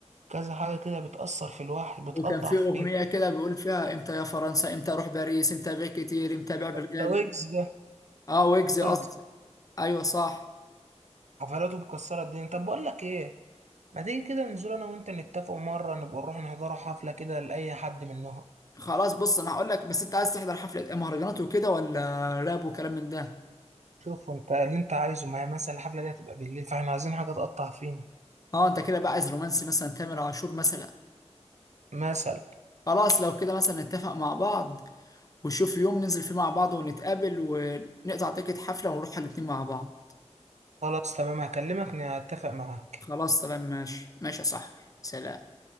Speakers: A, on the right; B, on the left.
A: كذا حاجه كده بتاثر في الواحد بتقطع
B: وكان في
A: فيه
B: اغنيه كده بيقول فيها امتى يا فرنسا امتى اروح باريس امتى بيع كتير امتى بيع بالغالي
A: ده ويجز ده
B: اه ويجز
A: ده
B: قصدي
A: ويجز
B: ايوه صح
A: حفلاته مكسره الدنيا طب بقول لك ايه ما تيجي كده ننزل انا وانت نتفق مره نبقى نروح نحضروا حفله كده لاي حد منهم
B: خلاص بص انا هقول لك بس انت عايز تحضر حفله مهرجانات وكده ولا راب وكلام من ده
A: شوف انت اللي انت عايزه ما هي مثلا الحفله دي هتبقى بالليل فاحنا عايزين حاجه تقطع فينا
B: اه انت كده بقى عايز رومانسي مثلا تامر عاشور مثلا
A: مثلا
B: خلاص لو كده مثلا نتفق مع بعض ونشوف يوم ننزل فيه مع بعض ونتقابل ونقطع تيكت حفله ونروح الاتنين مع بعض
A: خلاص تمام هكلمك نتفق معاك
B: خلاص تمام ماشي ماشي يا صاحبي سلام